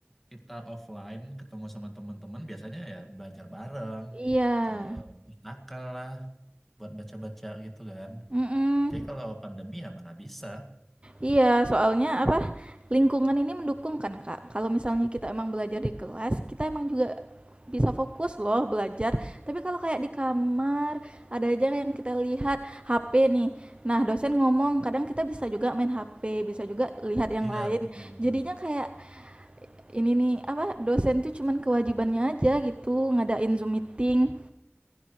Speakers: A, in the centre; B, on the right.
A: kita offline ketemu sama teman-teman biasanya ya belajar bareng
B: Iya.
A: ke pustaka lah buat baca-baca gitu kan.
B: Mm-mm.
A: Tapi kalau pandemi ya mana bisa.
B: Iya, soalnya apa, lingkungan ini mendukung kan, Kak. Kalau misalnya kita emang belajar di kelas, kita emang juga bisa fokus loh belajar. Tapi kalau kayak di kamar, ada aja yang kita lihat HP nih. Nah, dosen ngomong, kadang kita bisa juga main HP, bisa juga lihat yang
A: Iya,
B: lain.
A: betul betul.
B: Jadinya kayak ini nih, apa, dosen tuh cuman kewajibannya aja gitu, ngadain Zoom meeting.